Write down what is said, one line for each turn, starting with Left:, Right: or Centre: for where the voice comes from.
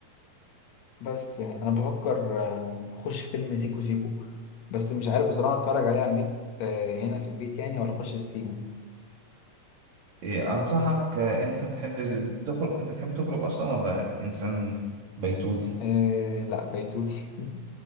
Left: بس يعني أنا بفكر آه، أخش فيلم سيكو سيكو بس مش عارف بصراحة أتفرج عليه على النت آه، هنا في البيت يعني ولا أخش ستيم
Right: إيه، أنصحك آه، أنت تحب ال- تخرج أنت تحب تخرج أصلا ولا إنسان بيتوتي
Left: أه لا بيتوتي <laughs>